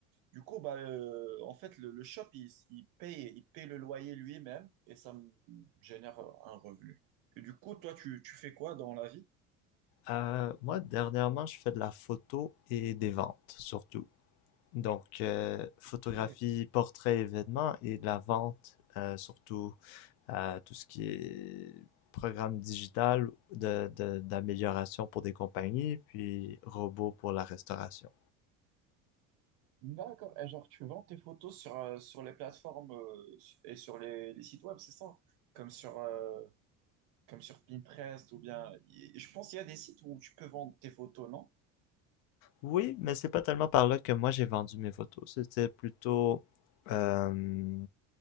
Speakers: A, on the right; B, on the left.
A: Du coup, bah, euh, en fait, le, le shop, il, il paye, il paye le loyer lui-même et ça me génère un revenu. Et du coup, toi, tu, tu fais quoi dans la vie?
B: Euh, moi, dernièrement, je fais de la photo et des ventes surtout. Donc, euh, photographie,
A: Ok.
B: portrait, événements et de la vente euh, surtout à tout ce qui est programme digital de, de- d'amélioration pour des compagnies, puis robots pour la restauration.
A: D'accord. Et genre, tu vends tes photos sur, euh, sur les plateformes euh, et sur les, les sites web, c'est ça? hein Comme sur, euh, comme sur Pinterest ou bien. y- Je pense qu'il y a des sites où tu peux vendre tes photos, non?
B: Oui, mais c'est pas tellement par là que moi j'ai vendu mes photos. C'était plutôt euh,